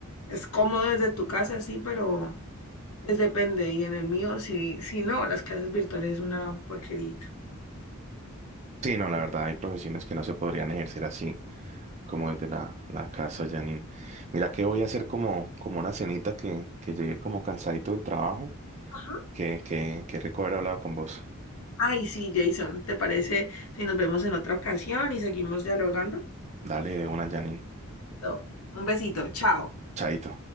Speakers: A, on the left (about 75°); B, on the right (about 30°).
A: Es cómodo desde tu casa, sí, pero Es depende, y en el mío, si, si no, las clases virtuales es una porquerita.
B: Sí, no, la verdad hay profesiones que no se podrían ejercer así, como desde la, la casa, Janine. Mira que voy a hacer como, como una cenita que, que llegue como cansadito del trabajo,
A: Ajá.
B: que, que, que rico haber hablado con vos.
A: Ay, sí, Jason, ¿te parece si nos vemos en otra ocasión y seguimos dialogando?
B: Dale de una, Janine.
A: No. Un besito, chao.
B: Chaito.